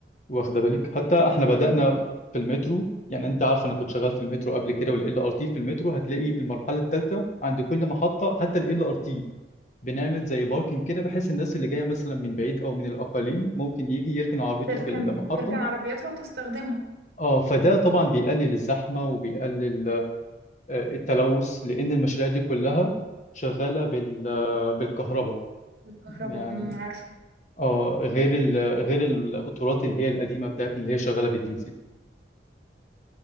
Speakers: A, on the left; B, on the right.
A: واخده بالك حتى احنا بدأنا في المترو يعني انت عارف انا كنت شغال في المترو قبل كده والال ار تي في المترو هتلاقي المرحله الثالثه عند كل محطه حتى الال ار تي بنعمل زي باركنج كده بحيث الناس اللي جايه مثلا من بعيد او من الاقاليم ممكن يجي يركن عربيته
B: تركن
A: في المحطه
B: تركن عربياتها وتستخدمه
A: اه فده طبعا بيقلل الزحمه وبيقلل آه، التلوث لان المشاريع دي كلها شغاله بال آه، بالكهرباء
B: بالكهرباء
A: يعني
B: امم عارفة
A: اه غير ال غير القطارات اللي هي القديمه بتاعتنا اللي هي شغاله بالديزل